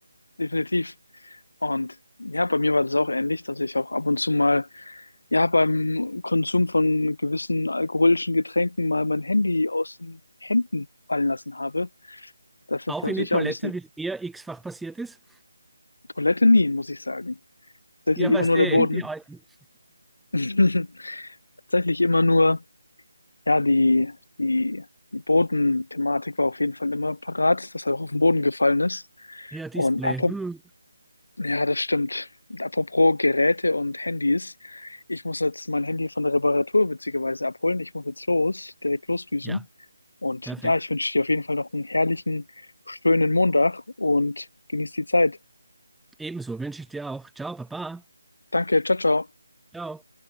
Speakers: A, on the left; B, in the centre.
A: Definitiv. Und ja, bei mir war das auch ähnlich, dass ich auch ab und zu mal, ja, beim Konsum von gewissen alkoholischen Getränken mal mein Handy aus den Händen fallen lassen habe. Das
B: Auch
A: ist natürlich
B: in die Toilette,
A: auch ein bisschen
B: wie es eher x-fach passiert ist.
A: Toilette nie, muss ich sagen. Tatsächlich
B: Ja,
A: immer
B: weißt
A: nur
B: eh,
A: der Boden.
B: <laughs> die alten.
A: <laughs> Tatsächlich immer nur. Ja, die, die, die Bodenthematik war auf jeden Fall immer parat, dass er auch auf den Boden gefallen ist.
B: Ja, Display.
A: Und apropos,
B: Hm.
A: ja, das stimmt. Und apropos Geräte und Handys. Ich muss jetzt mein Handy von der Reparatur witzigerweise abholen. Ich muss jetzt los, direkt losdüsen.
B: Ja,
A: Und
B: perfekt.
A: ja, ich wünsche dir auf jeden Fall noch einen herrlichen, schönen Montag und genieß die Zeit.
B: Ebenso wünsche ich dir auch. Ciao, Papa.
A: Danke, ciao, ciao.
B: Ciao.